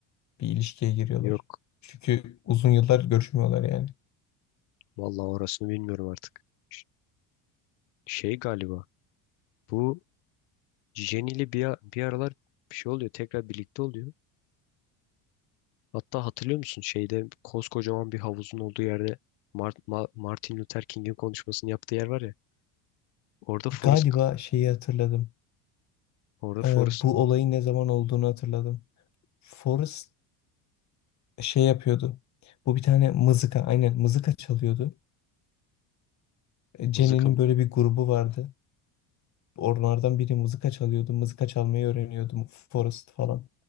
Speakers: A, on the left; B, on the left.
A: bir ilişkiye giriyorlar?
B: Yok.
A: Çünkü uzun yıllar görüşmüyorlar yani.
B: Vallahi orasını bilmiyorum artık. Ş- Şey galiba. Bu Jenny ile bir, a- bir aralar bir şey oluyor. Tekrar birlikte oluyor. Hatta hatırlıyor musun şeyde koskocaman bir havuzun olduğu yerde Mart- Ma- Martin Luther King'in konuşmasını yaptığı yer var ya. Orada Forrest
A: Galiba şeyi hatırladım.
B: orada
A: Ee,
B: Forrest
A: bu olayın ne zaman olduğunu hatırladım. Forrest şey yapıyordu. Bu bir tane mızıka, aynen mızıka çalıyordu. E,
B: mızıka
A: Jenny'nin
B: mı?
A: böyle bir grubu vardı. Onlardan biri mızıka çalıyordu. Mızıka çalmayı öğreniyordu Forrest falan.